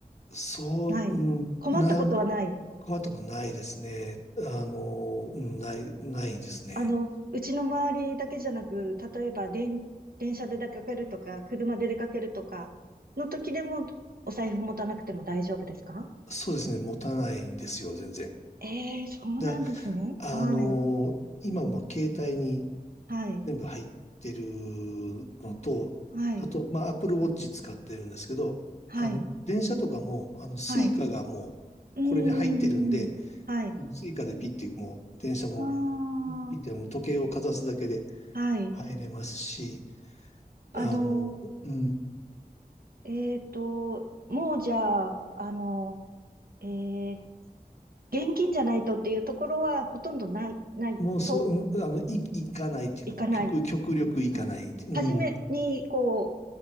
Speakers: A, on the left; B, on the right.
A: そう、
B: ない困ったことはない。
A: うんな、困ったことないですね。あの、うんない、ないですね。
B: あの、うちの周りだけじゃなく、例えば電、電車で出かけるとか、車で出かけるとか、の時でも、お財布持たなくても大丈夫ですか
A: そうですね、持たないんですよ、全然。
B: ええそうなんですね。
A: だ、あの、
B: はい。
A: 今も携帯に
B: はい。
A: 全部入ってるのと、
B: はい。
A: あと、まあ、Apple Watch 使ってるんですけど、
B: はい。
A: あの、電車とかも、あの、スイカがもう、
B: はい。うーん。
A: これに入ってるんで、
B: はい。
A: スイカでピッて、もう、電車も
B: ああ
A: ピッて、もう時計をかざすだけで
B: はい。
A: 入れますし、
B: あの、
A: あの、うん、
B: えっと、もうじゃあ、あの、えー、現金じゃないとっていうところはほとんどない、ない、
A: もうそう、
B: そう、
A: うんあの、い、行かないっていうか、
B: いかない。
A: もう極、極力行かないって、
B: あの、
A: うん。
B: 初めに、こ